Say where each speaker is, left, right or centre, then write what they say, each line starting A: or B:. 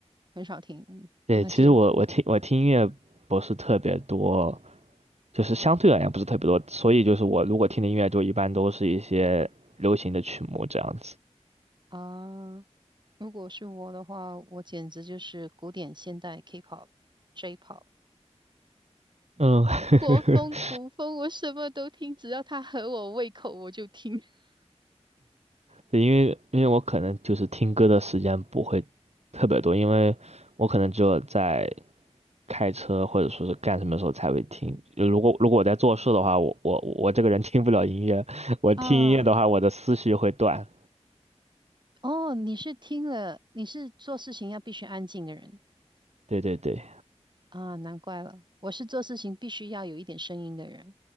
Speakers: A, on the right; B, on the right.
A: 很少听，嗯那就
B: 对，其实我我听我听音乐不是特别多，就是相对而言不是特别多，所以就是我如果听的音乐就一般都是一些流行的曲目这样子。
A: 啊，如果是我的话，我简直就是古典、现代、K-pop、J-pop
B: 嗯，
A: 国风、
B: <laughs>
A: 古风，我什么都听，只要它合我胃口，我就听。<laughs>
B: 对，因为因为我可能就是听歌的时间不会特别多，因为我可能只有在开车或者说是干什么时候才会听。就如果如果我在做事的话，我我我这个人听不了音乐，<laughs> 我听音乐的话，
A: 啊。
B: 我的思绪会断。
A: 哦，你是听了，你是做事情要必须安静的人
B: 对对对，
A: 啊，难怪了，我是做事情必须要有一点声音的人。